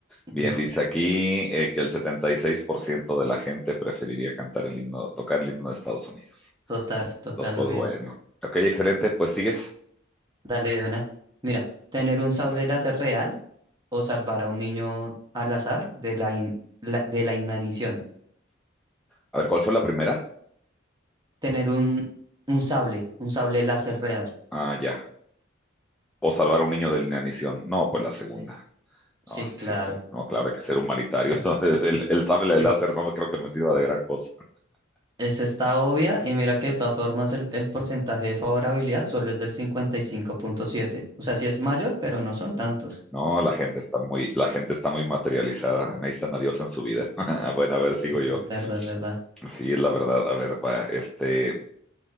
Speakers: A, in the centre; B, on the right.
A: Bien,
B: No,
A: dice aquí eh, que el 76% de la gente preferiría cantar el himno, tocar el himno de Estados Unidos.
B: total, total,
A: Entonces, pues
B: obvio.
A: bueno. Ok, excelente. Pues sigues.
B: Dale de una. Mira, tener un sable láser real o salvar a un niño al azar de la, in- la- de la inanición.
A: A ver, ¿cuál fue la primera?
B: Tener un, un sable, un sable láser real.
A: Ah, ya. O salvar a un niño de la inanición. No, pues la segunda.
B: Sí, sí,
A: No, sí,
B: claro.
A: sí, sí. No, claro, hay que ser humanitario.
B: <laughs>
A: <laughs> El, el sable de
B: Es,
A: láser no me creo que me sirva de gran cosa.
B: Esa está obvia y mira que de todas formas el, el porcentaje de favorabilidad solo es del cincuenta y cinco punto siete O sea, sí es mayor, pero no son tantos.
A: No, la gente está muy, la gente está muy materializada, necesitan a Dios en su vida. <laughs> Bueno, a ver, sigo
B: Es
A: yo.
B: es verdad, es verdad.
A: Sí, la verdad, a ver, va, este,